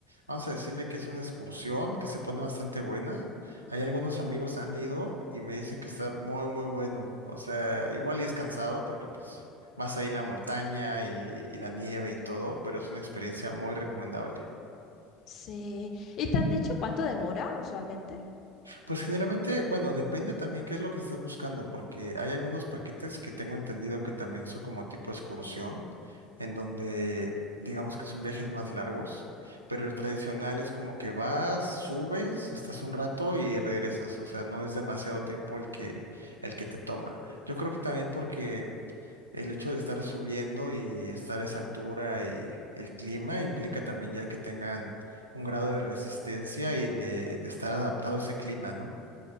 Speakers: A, on the right; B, on the left.
A: Vamos a decirle que es una excursión que se pone bastante buena. Hay algunos amigos han ido y me dicen que está muy, muy bueno. O sea, igual y es cansado porque pues más ahí en la montaña y, y la nieve y todo, pero es una experiencia muy recomendable.
B: Sí. ¿Y te han dicho cuánto demora usualmente?
A: Pues generalmente, bueno, depende también qué es lo que estés buscando, porque hay algunos paquetes que tengo entendido que también son como tipo excursión, en donde digamos que son viajes más largos, pero el tradicional es como que vas, subes, estás un rato y regresas, o sea, no es demasiado tiempo el que el que te toma. Yo creo que también porque el hecho de estar subiendo y estar a esa altura y el clima implica también ya que tengan un grado de resistencia y de, de estar adaptado a ese clima, ¿no?